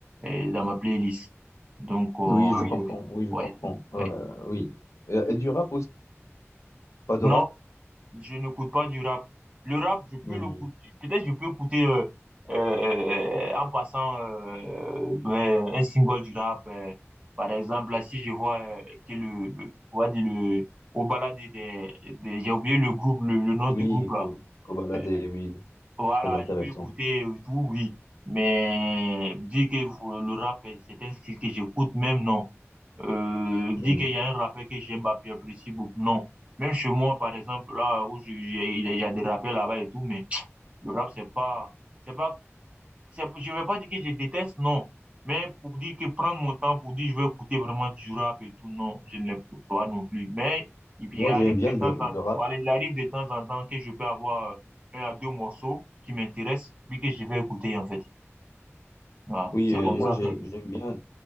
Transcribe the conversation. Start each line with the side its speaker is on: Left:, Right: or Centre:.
Right: euh, dans ma playlist. Donc, euh, Ah
Left: Oui, je comprends.
Right: oui.
Left: Oui, je comprends. Euh,
Right: ouais.
Left: oui. Et, et du rap aussi? Pas de
Right: non
Left: rap?
Right: Je n'écoute pas du rap. Le rap, je peux
Left: Mhm.
Right: l'écouter. Peut-être je peux écouter euh, euh, euh, en passant euh, ben, un single du rap. euh. par exemple, là, si je vois euh, que le, le, on va dire le, au balade des, des, j'ai oublié le groupe, le, le nom
Left: Oui,
Right: du groupe là.
Left: Co- Kobalade,
Right: Euh,
Left: oui,
Right: voilà,
Left: très intéressant.
Right: je peux l'écouter et tout, oui. Mais dire que euh, le rap, euh, c'est un style que j'écoute, même non euh,
Left: Mhm.
Right: dire qu'il y a un rappel que j'aime, bah, que j'apprécie beaucoup. Non. Même chez moi, par exemple, là où je- j'ai- il y a des rappels là-bas et tout, mais le rap, c'est pas, c'est pas, c'est- je vais pas dire que je déteste, non. Mais pour dire que prendre mon temps pour dire je veux écouter vraiment du rap et tout, non, je ne l'écoute pas non plus. Mais il, il
Left: Moi,
Right: arrive
Left: j'aime bien
Right: de
Left: du-
Right: temps
Left: le
Right: en,
Left: rap.
Right: voilà, il arrive de temps en temps que je peux avoir euh, un à deux morceaux qui m'intéressent, puis que je vais écouter, en fait. Voilà.
Left: Oui,
Right: C'est
Left: euh,
Right: Oui, comme
Left: moi
Right: euh, ça
Left: j'ai-
Right: que,
Left: j'aime bien